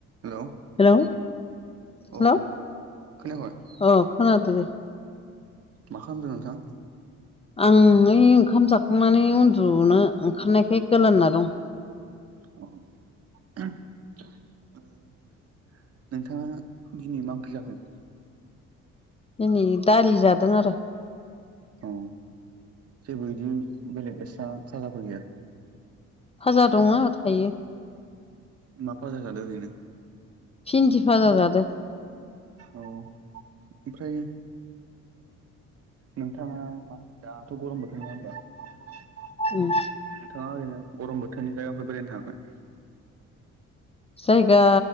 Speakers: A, on the right; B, on the left.
A: Hello
B: hello
A: औ
B: hello अ
A: खोनायाखै
B: खोनादों दे
A: मा खालामदों नोंथां?
B: उमलै ओंखाम जाखांनानै उन्दुनो ओंखारनायखाय गोलांना दं।
A: औ। नोंथाङा दिनै मा ओंख्रि जाखो?
B: दिनै दालि जादों आरो।
A: औ जेबो बिदि, बेलेग एस्रा खाजाफोर गैया?
B: फाजा दङ थायो।
A: मा फाजा जादों ओरैनो?
B: फिन्दि फाजा जादों।
A: औ ओमफ्राय नोंथाङा मा होनो दाथ' गरम बोथोर नङा होनोमबा नोंथाङा
B: उम
A: ओरैनो गरम बोथोरनि जायगाफोर बेरायनो थांङाखै?
B: जायगा